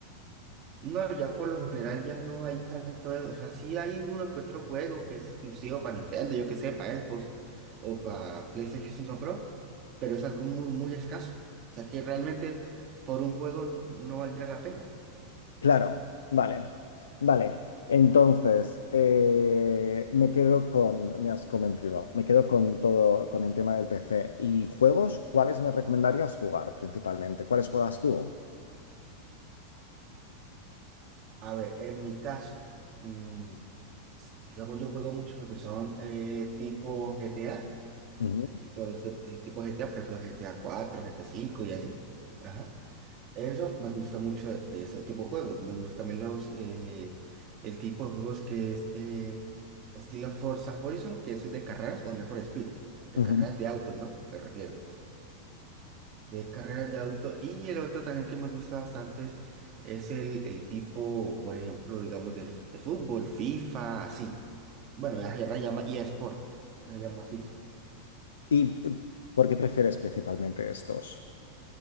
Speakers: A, on the right; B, on the left.
A: No, ya por lo general ya no hay tanto, o sea, sí hay uno que otro juego que es exclusivo para Nintendo, yo que sé, para Xbox o para PlayStation 5 Pro, pero es algo muy, muy escaso. O sea, que realmente por un juego no valdría la pena.
B: Claro, vale, vale. Entonces, eh, me quedo con, me has convencido, me quedo con todo, con el tema del PC. ¿Y juegos? ¿Cuáles me recomendarías jugar principalmente? ¿Cuáles juegas tú?
A: A ver, en mi caso, mm, digamos, yo juego mucho lo que son eh, tipo GTA
B: Ujú,
A: y todos los tip- eh, tipos GTA, por ejemplo, GTA 4, GTA cinco y así. Ajá. Eso me gusta mucho de, de ese tipo de juegos. Me gustan también los, eh, el tipo de juegos que es eh, estilo Forza Horizon, que eso es de carreras o Need for Speed, de
B: ujú.
A: carreras de autos, ¿no? Me refiero. De carreras de auto. Y el otro también que me gusta bastante es, es el, el tipo, por ejemplo, digamos, de, f- de fútbol, FIFA, así. Bueno, ya, ya la llama eSport, pero se llama FIFA.
B: ¿Y eh, por qué prefieres principalmente estos?